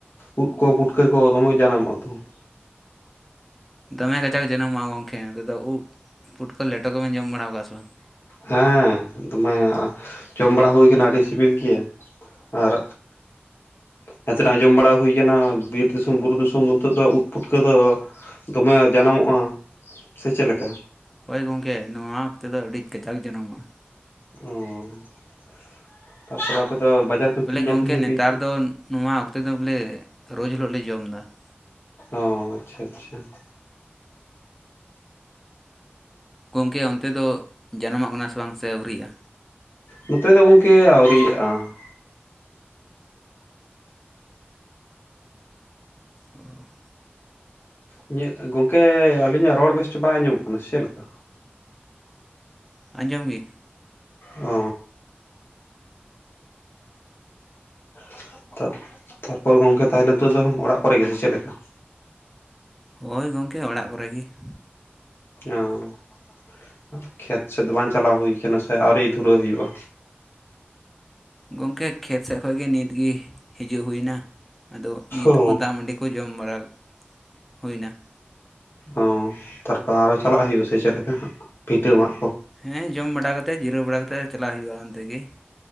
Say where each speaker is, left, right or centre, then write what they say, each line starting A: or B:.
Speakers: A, on the left (about 65°); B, in the centre.
A: ᱩᱫ ᱠᱚ ᱯᱩᱴᱠᱟᱹ ᱠᱚ ᱫᱚᱢᱮ ᱠᱚ ᱡᱟᱱᱟᱢᱚᱜ-ᱟ ᱛᱚ ᱾
B: ᱫᱚᱢᱮ ᱠᱟᱪᱟᱠ ᱡᱟᱱᱟᱢᱚᱜᱼᱟ ᱜᱚᱢᱠᱮ ᱛᱟᱞᱮ ᱫᱚ ᱫᱚ ᱩᱵ ᱯᱩᱴᱠᱟᱹ ᱞᱮᱴᱚ ᱠᱚᱵᱮᱱ ᱡᱚᱢ ᱵᱟᱲᱟ ᱟᱠᱟᱜ-ᱟ ᱥᱮ ᱵᱟᱝ?
A: ᱦᱮᱸ ᱫᱚᱢᱮ ᱡᱚᱢ ᱵᱟᱲᱟ ᱦᱩᱭ ᱠᱟᱱᱟ ᱟᱹᱰᱤ ᱥᱤᱵᱤᱞ ᱜᱮᱭᱟ ᱟᱨ <unintelligible> ᱟᱸᱡᱚᱢ ᱵᱟᱲᱟ ᱦᱩᱭ ᱠᱟᱱᱟ ᱵᱤᱨ ᱫᱤᱥᱚᱢ ᱵᱩᱨᱩ ᱫᱤᱥᱚᱢ ᱱᱤᱛᱚᱜ ᱫᱚ ᱩᱫ ᱯᱩᱴᱠᱟᱹ ᱫᱚ ᱫᱚᱢᱮ ᱡᱟᱱᱟᱢᱚᱜᱼᱟ <inaudible> ᱥᱮ ᱪᱮᱫ ᱞᱮᱠᱟ?
B: ᱦᱳᱭ ᱜᱚᱢᱠᱮ ᱱᱚᱣᱟ ᱚᱠᱛᱮ ᱫᱚ ᱟᱹᱰᱤ ᱠᱟᱡᱟᱠ ᱡᱟᱱᱟᱢᱚᱜᱼᱟ ᱾
A: <inaudible> ᱛᱟᱯᱚᱨ ᱟᱯᱮ ᱫᱚ ᱵᱟᱡᱟᱨ ᱠᱚ
B: ᱵᱚᱞᱮ
A: ᱠᱤᱨᱤᱧ
B: ᱜᱚᱝᱠᱮ
A: ᱟᱠᱷᱨᱤᱧ ᱫᱚᱯᱮ
B: ᱱᱮᱛᱟᱨ
A: ᱤᱫᱤ
B: ᱫᱚ ᱱᱚᱣᱟ ᱚᱠᱛᱮ ᱫᱚ ᱵᱚᱞᱮ ᱨᱳᱡᱽ ᱦᱤᱞᱳᱜ ᱞᱮ ᱡᱚᱢ ᱮᱫᱟ ᱾
A: ᱚ ᱟᱪᱪᱷᱟ ᱟᱪᱪᱷᱟ ᱾
B: ᱜᱚᱢᱠᱮ ᱚᱱᱛᱮ ᱫᱚ ᱡᱟᱱᱟᱢᱚᱜ ᱠᱟᱱᱟ ᱥᱮ ᱵᱟᱝ ᱥᱮ ᱟᱹᱣᱨᱤᱜᱼᱟ?
A: ᱱᱚᱛᱮ ᱫᱚ ᱜᱚᱢᱠᱮ ᱟᱹᱣᱨᱤᱭᱟᱜᱼᱟ ᱾
B: ᱚ ᱾ <inaudible>
A: ᱤᱧᱟᱹᱜ ᱜᱚᱝᱠᱮ ᱟᱹᱞᱤᱧᱟᱜ ᱨᱚᱲ ᱵᱮᱥ ᱴᱷᱤᱠ ᱵᱟᱭ ᱟᱸᱡᱚᱢᱚᱜ ᱠᱟᱱᱟ ᱪᱮᱫ ᱞᱮᱠᱟ?
B: ᱟᱸᱡᱚᱢ ᱜᱮ ᱾
A: ᱚ ᱾ <inaudible> ᱛᱟᱯᱚᱨ ᱜᱚᱝᱠᱮ ᱛᱟᱦᱮᱞᱮ ᱱᱤᱛᱳᱜ ᱫᱚ ᱚᱲᱟᱜ ᱠᱚᱨᱮ ᱜᱮ ᱥᱮ ᱪᱮᱫ ᱞᱮᱠᱟ?
B: ᱦᱳᱭ ᱜᱚᱝᱠᱮ ᱚᱲᱟᱜ ᱠᱚᱨᱮ ᱜᱮ ᱾
A: ᱚ ᱾ <inaudible> ᱠᱷᱮᱛ ᱥᱮᱫ ᱫᱚ ᱵᱟᱝ ᱪᱟᱞᱟᱣ ᱦᱩᱭ ᱟᱠᱟᱱᱟ ᱥᱮ ᱟᱹᱣᱨᱤ ᱫᱷᱩᱨᱟᱹᱜ ᱦᱩᱭᱩᱜᱼᱟ?
B: ᱜᱚᱝᱠᱮ ᱠᱷᱮᱛ ᱥᱮᱫ ᱠᱷᱚᱱ ᱜᱮ ᱱᱤᱛ ᱜᱮ ᱦᱤᱡᱩᱜ ᱦᱩᱭ ᱮᱱᱟ ᱾ ᱟᱫᱚ ᱱᱤᱛ
A: ᱚ
B: ᱠᱚ ᱫᱟᱜ ᱢᱟᱺᱰᱤ ᱠᱚ ᱡᱚᱢ ᱵᱟᱲᱟ <inaudible> ᱦᱩᱭ ᱮᱱᱟ ᱾
A: ᱚ ᱛᱟᱨᱯᱚᱨ ᱟᱨᱚ ᱪᱟᱞᱟᱜ ᱦᱩᱭᱩᱜᱼᱟ ᱥᱮ ᱪᱮᱫ ᱞᱮᱠᱟ ᱦᱟᱜ <unintelligible> ᱠᱚ?
B: ᱦᱮᱸ ᱡᱚᱢ ᱵᱟᱲᱟ ᱠᱟᱛᱮ ᱡᱤᱨᱟᱹᱣ ᱵᱟᱲᱟ ᱠᱟᱛᱮ ᱪᱟᱞᱟᱜ ᱦᱩᱭᱩᱜᱼᱟ ᱚᱱᱛᱮ ᱜᱮ ᱾